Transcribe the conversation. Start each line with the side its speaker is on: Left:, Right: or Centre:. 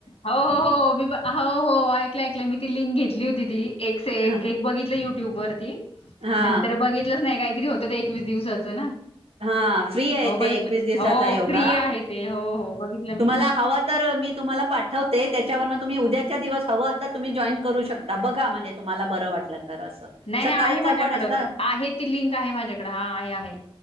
Left: हो हो हो मी हो हो ऐकलं ऐकलं मी ती लिंक घेतली होती ती
Right: हा,
Left: एक बघितलं युट्यूब वर ती
Right: हा,
Left: नंतर बघितलंच नाही काहीतरी होत एकवीस दिवसाचं ना
Right: हा फ्री आहे
Left: हो बघितलं
Right: ते एकवीस दिवसाचा
Left: हो
Right: योगा
Left: फ्री आहे ते हो हो बघितलं
Right: तुम्हाला
Left: मी
Right: हवं तर मी तुम्हाला पाठवते त्याच्यावरं तुम्ही उद्याच्या दिवस हवं तर तुम्ही जॉईन करू शकता बघा म्हणजे तुम्हाला बरं वाटलं तर असं
Left: नाही
Right: सकाळचं
Left: नाही आहे माझ्याकडं
Right: पण असतं
Left: आहे ती लिंक आहे माझ्याकडें हा आहे आहे